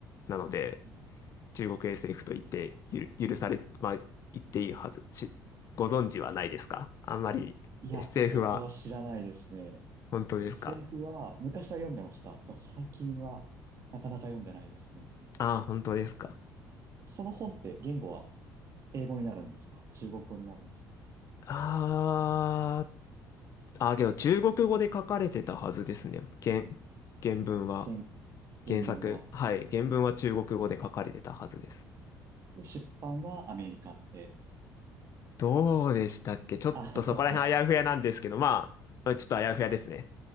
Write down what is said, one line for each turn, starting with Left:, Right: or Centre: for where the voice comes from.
Left: なので、
Right: な。うーん
Left: 中国 SF と言ってゆる許され、まあ、言っていいはず。し、ご存知はないですかあんまり
Right: いや、
Left: SF
Right: 僕は知らないですね。
Left: は本当ですか
Right: SF は昔は読んでました。でも最近はなかなか読んでないですね。
Left: ああー、本当ですか。
Right: その本って言語は英語になるんですか中国語になるんですか
Left: あーあー、けど中国語で書かれてたはずですね。原、原文は、
Right: 原、原文は。
Left: 原作。はい、原文は中国語で書かれてたはずです。
Right: で、出版はアメリカって。
Left: どうでしたっけちょっとそこら辺あやふやなんですけど、
Right: あ
Left: まあ、ちょっとあやふやですね。